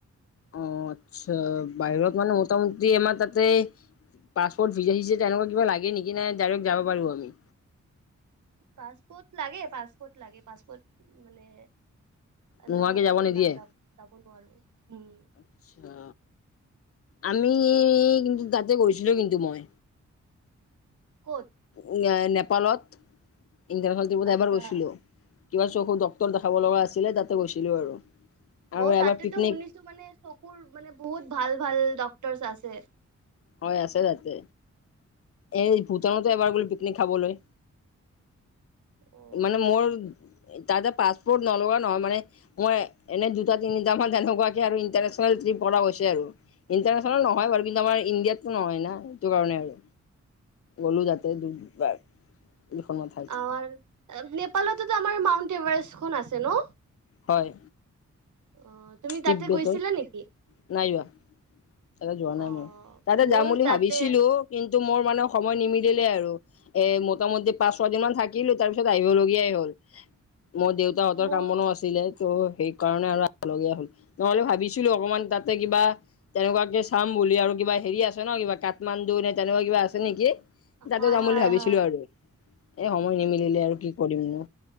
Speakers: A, on the left (about 50°); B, on the right (about 75°).
A: অ আত্চ্ছা বাহিৰত মানে মোটামুটি আমাৰ তাতে পাছপৰ্ট ভিজা চিজা তেনেকুৱা কিবা লাগে নেকি নে ডাইৰেক্ট যাব পাৰিব আমি
B: পাছপোৰ্ট লাগে পাছপোৰ্ট লাগে পাছপোৰ্ট মানে
A: নোহোৱাকে
B: নহলেতো
A: যাব নিদিয়ে
B: নাযাব যাব নোৱাৰো উম
A: আচ্ছা, আমি কিন্তু তাতে গৈছিলো কিন্তু মই
B: ক'ত
A: উ নেপালত ইণ্টাৰ
B: আচ্ছা
A: এবাৰ গৈছিলো কিবা চকুৰ ডক্টৰ দেখাব লগা আছিলে তাতে গৈছিলো আৰু আৰু
B: অ তাতেতো
A: এবাৰ পিকনিক
B: শুনিছো মানে চকুৰ মানে বহুত ভাল ভাল ডক্টৰছ আছে।
A: হয় আছে তাতে এই ভূটানতে এবাৰ গলো পিকনিক খাবলৈ
B: অ
A: মানে মোৰ তাতে পাছপৰ্ট নলগা নহয় মানে মই এনেই দুটা তিনিট মান তেনেকুৱাকে আৰু ইণ্টাৰনে্চনেলট্ৰিপ এশটকা গৈছে আৰু ইন্টাৰনেছনেল নহয় বাৰু কিন্তু আমাৰ ইণ্ডিয়াতটো নহয় ন সেইটো কাৰণে আৰু গ'লো তাতে দুবাৰ দুখনমান ঠাইত
B: আৰ নেপালততো আমাৰ মাউণ্ট এভাৰেষ্টখন আছে ন
A: হয়
B: অ তুমি
A: তিব্বেতৰ
B: তাতে গৈছিলা নেকি?
A: নাই যোৱা তাতে যোৱা নাই
B: অ',
A: মই তাতে
B: মোৰ
A: যাম বুলি
B: তাতে
A: ভাবিছিলো কিন্তু মোৰ মানে সময় নিমিলিলে আৰু এ মোটামুটি পাঁচ ছয় দিন মান থাকিলো তাৰ পিছত আহিবলগীয়াই হ'ল। মোৰ দেউতাহঁতৰ
B: মোৰ
A: কাম বনো আছিলে। ত' সেইকাৰণে আৰু আহিবলগীয়া হল নহলে ভাবিছিলো অকমান তাতে কিবা তেনেকুৱাকে চাম বুলি আৰু কিবা হেৰি আছে ন কিবা কাঠমাণ্ডু নে তেনেকুৱা কিবা আছে নেকি? তাতে
B: হয়,
A: যাম
B: হয়,
A: বুলি ভাবিছিলো
B: হয়,
A: আৰু এ সময় নিমিলিলে আৰু কি কৰিম নো।